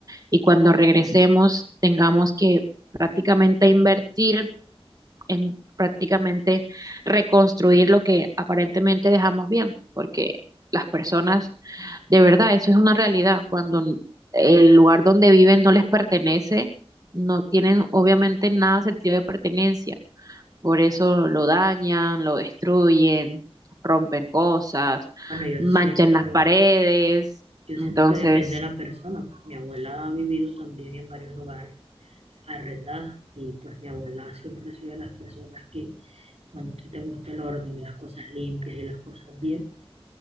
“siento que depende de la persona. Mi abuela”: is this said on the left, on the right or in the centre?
Right